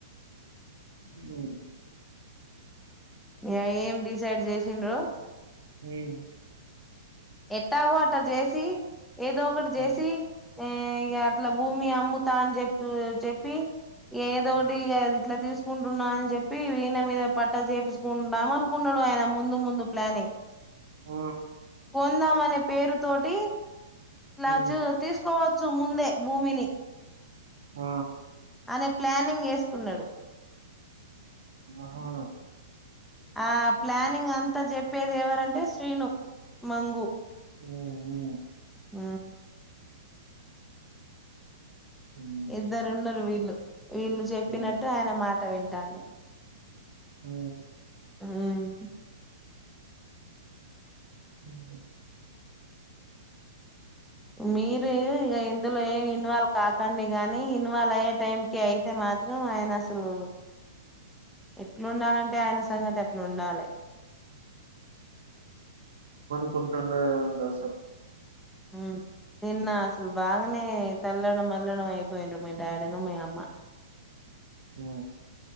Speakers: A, on the right; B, in the centre.
A: మ్
B: ఇయ ఏం డిసైడ్ జేశిండ్రో
A: ఉమ్
B: ఎట్టాగో అట్ట జేసి ఏదో ఒకటి జేసి
A: ఉమ్,
B: ఏ ఇగ ఇట్ల భూమి అమ్ముతాని జేప్ జేప్పి ఏదోడి
A: ఉమ్,
B: గా ఇట్లా తీస్ సుకుంటున్నా అని జెప్పి ఈనె మీద పట్ట చేపిచుకుంధాం అనుకున్నాడు ఆయన ముందు ముందు ప్లానింగ్
A: ఆ
B: కొందామనె పేరు తోటి ఇలా
A: ఉమ్
B: చూ తీస్కోవచ్చు ముందె భూమిని
A: ఆ
B: అనె ప్లానింగ్ ఏస్ కున్నడు
A: ఆహా
B: ఆ ప్లానింగ్ అంతా చెప్పేది ఎవరంటే శ్రీను మంగు
A: ఓఓ
B: మ్
A: ఉమ్,
B: ఇద్దరు ఉన్నారు వీళ్ళు వీళ్ళు చెప్పినట్టు
A: ఆ,
B: ఆయన మాట విం ఇండ
A: మ్
B: మ్
A: ఉమ్,
B: మీరు ఇక ఇందులో ఏం ఇన్వాల్వ్ కా చెండి గానీ ఇన్వాల్వ్ అయ్యే టైంకి అయితే మాత్రం ఆయన అసలు ఎ ఎట్లుండాలంటే ఆయన సంగతి అట్లా ఉండాలి
A: అనుంటుండు అ సా
B: మ్ నిన్న అసలు బాగానే తెల్లడం మల్లడం అయిపోయిండ్ర మీ డాడీను మీ అమ్మ
A: మ్